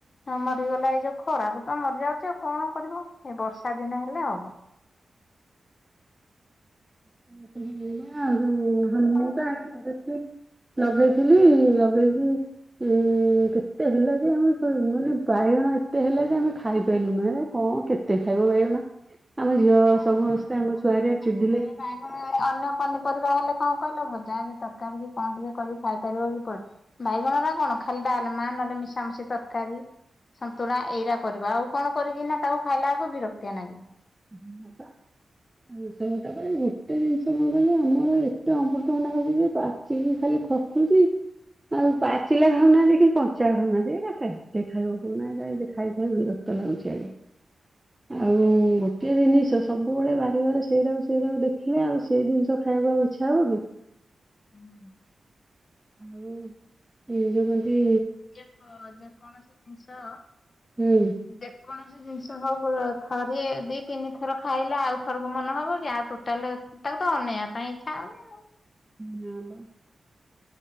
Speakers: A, on the left; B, on the right.
A: ହ ମରିଗଲା ଏଇ ଯୋଉ ଖରାପ ତ ମରିଯାଉଛି ଆଉ କଣ କରିବ ଏଇ ବର୍ଷା ଦିନ ହେଲେ ହବ।
B: <unintelligible>
A: ତମର କଣ ଲଗେଇଛ? କି?
B: ଲଗେଇଥିଲି ଲଗେଇକି ଉଁ ଉଁ କେତେ ହେଲା ଯେ ଆମେ ମାନେ ବାଇଗଣ ଏତେ ହେଲା ଯେ ଆମେ ଖାଇପାଈଲୁନି ଏରା। କଣ କେତେ ଖାଇବ ବାଇଗଣ ଆମ ଝିଅ
A: ବାଇଗଣ
B: ସମସ୍ତେ <unintelligible>
A: <unintelligible>
B: ଚିଡିଲେ
A: ବାଇଗଣ ଅନ୍ୟ ପନିପରିବା ହେଲେ କଣ କହିଲ ଭଜା ହବ ତରକାରୀ କି କଣ ଟିକେ କରିକି ଖାଇ ପାରିବ କି ତୋ ବାଇଗଣ ରା କଣ ଖାଲି ଡାଲମା ନହେଲେ ମିଶାମିଶି ତରକାରୀ। ସନ୍ତୁଳା ଏଇରା କରିବା ଆଉ କଣ କରିକିନା ତାକୁ ଖାଇଲା ବେଳକୁ ବିରକ୍ତିଆ ନାଗିବ।
B: ହୁଁ ପା।
A: <inaudible>
B: <unintelligible> ତାପରେ ଏତେ ଜିନିଷ କଣ କହିଲ ଆମର ଏତେ ଅମୃତଭଣ୍ଡା ହଉଛି ଯେ ପା ଚିକୀ ଖାଲି ଖଶୁଛି। ଆଉ ପାଚିଲା ଖାଉନାହାନ୍ତି କି କଞ୍ଚା ଖାଉନାହାନ୍ତି ଏରା କେତେ ଖାଇବ କୋଉନାହାନ୍ତି ଖାଇ ଖାଇ ବିର କ୍ତ ଲାଗୁଛି ଆଗେ ଆଉ ଗୋଟିଏ ଜିନିଷ ସବୁବେଳେ ବାରି ଘର ସେଇରାକୁ ସେଇରାକୁ ଦେଖିଲେ ଆଉ ସେଇ ଜିନିଷ ଖାଇବାକୁ ଇଚ୍ଛା ହବ କି?
A: ହୁଁ।
B: ଆଉ ଯେମିତି
A: ଯେକୋ ଯେ କୌଣସି ଜିନିଷ।
B: ହୁଁ।
A: ଯେକୌଣସି ଜିନିଷ ହଉଁ ବରଂ ଥରିଏ ଦି ତିନି ଥର ଖାଇଲେ ଆଉ ଥରକୁ ମନ ହବ କି ଆଉ ଟୋଟାଲେ ତାକୁ ତ ଅନେଇବା ପାଇଁ ଇଚ୍ଛା ହଉନି ଆଉ।
B: ହଁବା